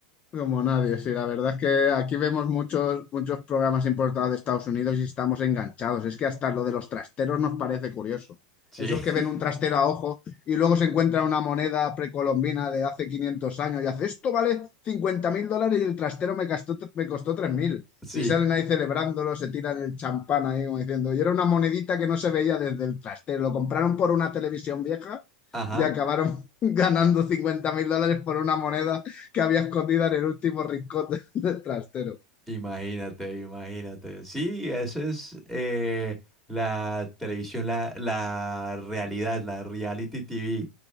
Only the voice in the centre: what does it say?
Sí,
<laughs>
sí.
Ajá.
Imagínate, imagínate. Sí, esa es eh, la televisión, la, la realidad, la reality TV